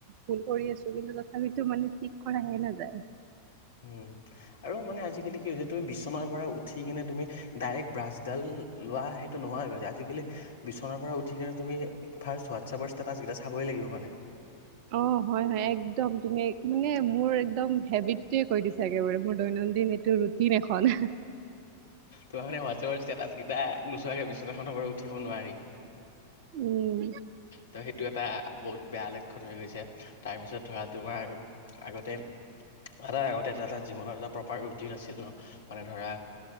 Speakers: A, on the right (about 45°); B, on the left (about 65°).
A: ভুল কৰি আছো কিন্তু তথাপিতো মানে ঠিক কৰাহে নাযায়
B: উ আৰু মানে আজিকালি কি হৈছে তুমি বিচনাৰ পৰা উঠি কিনে তুমি ডাইৰেক্ট ব্ৰাছডাল লোৱা সেইটো নহোৱা হৈ গৈছে আজিকালি বিচনাৰ পৰা উঠি কিনে তুমি ফাৰ্ষ্ট হোৱাটছএপৰ ষ্টেটাছকেইটা চাবই লাগিব মানে
A: অ হয় হয় একদম তুমি মানে মোৰ একদম হেবিটটয়ে কৈ দিছা একেবাৰে মোৰ দৈনন্দিন এইটো ৰুটিম এখন
B: তোমাৰ মানে হোৱাটছআপৰ ষ্টেটাছেই নোচোৱাকৈ বিচনাখনৰ পৰা উঠিব নোৱাৰি
A: উম
B: ত' সেইটো এটা বহুত বেয়া লক্ষণ হৈ গৈছে তাৰপিছত ধৰা তোমাৰ আগতে এটা আগতে এটা জীৱনত এটা প্ৰপাৰ ৰুটিন আছিল ন মানে ধৰা